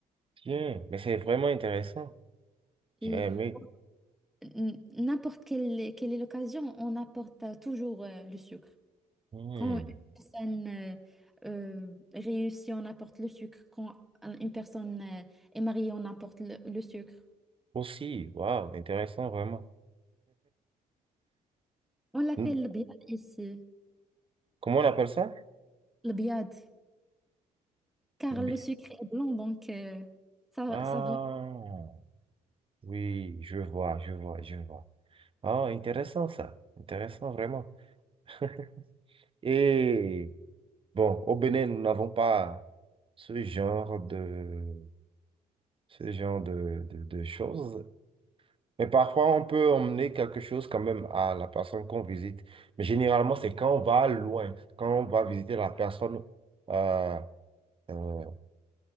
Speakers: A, on the right; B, in the centre.
A: Tiens, mais c'est vraiment intéressant.
B: Et
A: J'ai aimé.
B: donc, n- n'importe quelle, quelle est l'occasion, on apporte euh, toujours euh, le sucre.
A: Hmm.
B: Quand une personne euh, euh, réussit, on apporte le sucre. Quand une personne euh, est mariée, on apporte le, le sucre.
A: Aussi, waouh, intéressant vraiment.
B: On l'appelle
A: Hmm.
B: le biad ici,
A: Comment on appelle ça?
B: le biad, car
A: Le bi-
B: le sucre est blanc, donc euh, ça,
A: Ah,
B: ça vient.
A: oui, je vois, je vois, je vois. Ah, intéressant ça, intéressant vraiment. <laughs> Et bon, au Bénin, nous n'avons pas ce genre de, ce genre de, de, de choses. Mais parfois, on peut emmener quelque chose quand même à la personne qu'on visite. Mais généralement, c'est quand on va loin, quand on va visiter la personne euh, euh,